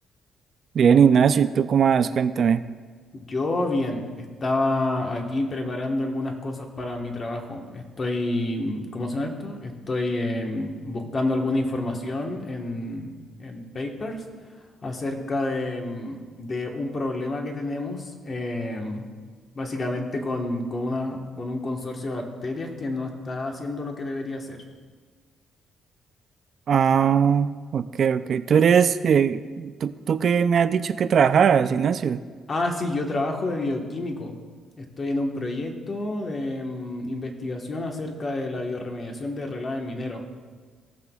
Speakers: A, on the right; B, on the left.
A: Bien, Ignacio, ¿y tú cómo vas? Cuéntame.
B: Yo bien, estaba aquí preparando algunas cosas para mi trabajo. Estoy, mm, ¿cómo se llama esto? Estoy em, buscando alguna información en, en papers acerca de, mm, de un problema que tenemos, em, básicamente con, con una, con un consorcio de bacterias que no está haciendo lo que debería hacer.
A: Ah, ok, ok. Tú eres, eh, tú, tú que me has dicho que trabajabas, Ignacio.
B: Ah, sí, yo trabajo de bioquímico. Estoy en un proyecto de mm, investigación acerca de la bioremediación de relaves mineros.